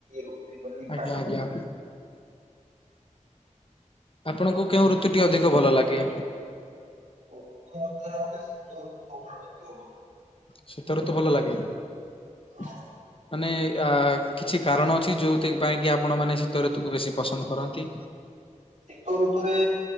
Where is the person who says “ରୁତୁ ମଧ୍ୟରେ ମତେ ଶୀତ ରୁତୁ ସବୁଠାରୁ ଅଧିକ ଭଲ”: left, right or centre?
Right